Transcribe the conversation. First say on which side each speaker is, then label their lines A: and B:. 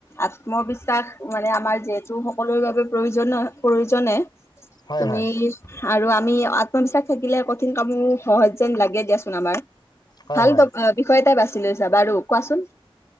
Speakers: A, on the left; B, on the left.
A: আত্মবিশ্বাস মানে আমাৰ যিহেতু সকলোৰ বাবে প্ৰয়োজন। প্ৰয়োজ নে
B: হয়
A: তুমি,
B: হয়
A: আৰু আমি আত্মবিশ্বাস থাকিলে কঠিন কামো সহজ যেন লাগে দিয়াচোন আমাৰ।
B: হয়
A: ভাল
B: হয়
A: বিষয় এটাই বাছি লৈছা বাৰু কোৱাচোন।